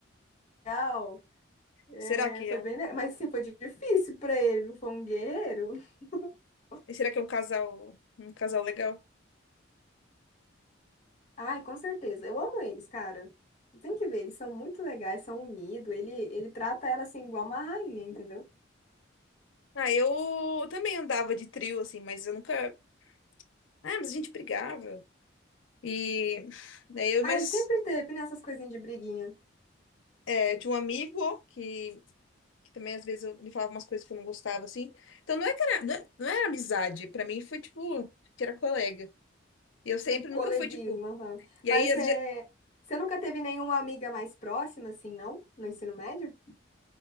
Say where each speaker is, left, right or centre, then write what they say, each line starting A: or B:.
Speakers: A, on the left; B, on the left.
A: legal. É,
B: Será que
A: foi
B: é
A: bem,
B: um,
A: le- mas sim, foi difícil pra ele, viu? Foi um guerreiro. <laughs>
B: será que é um casal, um casal legal?
A: Ai, com certeza. Eu amo eles, cara. Tem que ver, eles são muito legais, são unidos. Ele, ele trata ela assim, igual uma rainha, entendeu?
B: Ah, eu também andava de trio, assim, mas eu nunca. Ah, mas a gente brigava. E daí eu,
A: Ai,
B: mas
A: sempre teve, né, essas coisinhas de briguinha.
B: é, tinha um amigo que, que também às vezes eu, ele falava umas coisas que eu não gostava, assim. Então não é que era, não é- não era amizade, pra mim foi tipo, que era colega. E eu sempre
A: Um coleguismo.
B: nunca fui, tipo.
A: aham.
B: E
A: Mas
B: aí, as,
A: é,
B: ge-
A: você nunca teve nenhuma amiga mais próxima, assim, não? No ensino médio?